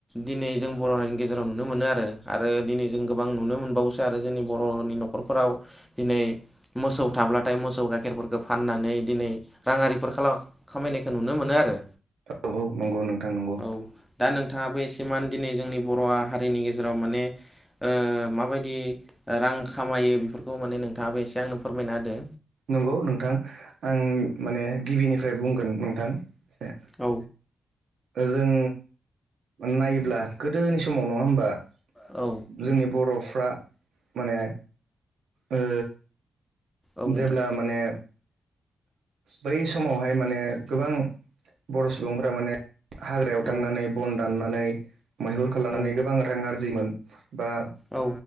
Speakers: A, in the centre; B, on the right.
A: दिनै जों बर' हारिनि गेजेराव नुनो मोनो आरो आरो दिनै जों गोबां नुनो मोनबावोसो आरो जोंनि बर'नि न'खरफोराव दिनै मोसौ थाब्लाथाय मोसौ गाइखेरफोरखौ फाननानै दिनै राङिफोर खाला खामायनायखौ नुनो मोनो आरो
B: औ औ नंगौ नोंथां नंगौ
A: औ दा नोंथाङाबो एसे मान दिनै जोंनि बर' हारिनि गेजेराव माने ओ माबायदि रां खामायो बेफोरखौ माने नोंथाङाबो एसे आंनो फोरमायना होदो
B: नंगौ नोंथां आं माने गिबिनिफ्राय बुंगोन नोंथां एसे
A: औ
B: जों नायोब्ला गोदोनि समाव नङा होमबा
A: औ
B: जोंनि बर'फ्रा माने ओ
A: औ
B: जेब्ला
A: नोंथां
B: माने बै समावहाय माने गोबां बर' सुबुंफोरा माने हाग्रायाव थांनानै
A: औ
B: बन दाननानै मैहुर खालामनानै
A: औ
B: गोबां रां आरजिगोन बा
A: औ